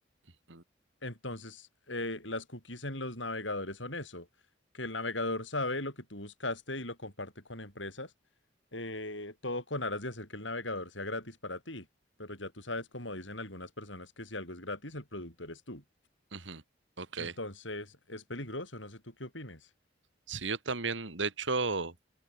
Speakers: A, on the right; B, on the left.
A: ujú,
B: Entonces, eh, las cookies en los navegadores son eso, que el navegador sabe lo que tú buscaste y lo comparte con empresas, eh, todo con aras de hacer que el navegador sea gratis para ti. Pero ya tú sabes, como dicen algunas personas, que si algo es gratis, el producto eres tú.
A: ujú. Ok.
B: Entonces, es peligroso, no sé tú qué opines.
A: Sí, yo también, de hecho,